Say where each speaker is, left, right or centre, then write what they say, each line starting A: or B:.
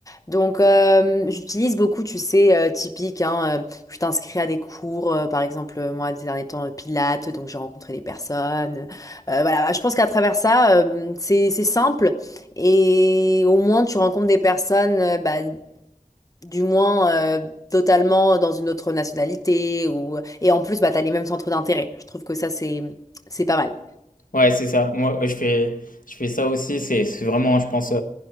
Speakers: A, on the left; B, on the left.
A: Donc euh, j'utilise beaucoup, tu sais, euh, typique, hein, euh, je t'inscris à des cours, euh, par exemple euh, moi ces derniers temps euh, Pilates, donc j'ai rencontré des personnes. Euh, voilà, bah, je pense qu'à travers ça, euh, c'est c'est simple et au moins tu rencontres des personnes, euh, bah, du moins euh, totalement dans une autre nationalité ou et en plus bah t'as les mêmes centres d'intérêt. Je trouve que ça c'est c'est pas mal.
B: Ouais, c'est ça. Moi, euh, je fais, je fais ça aussi. C'est c'est vraiment, je pense,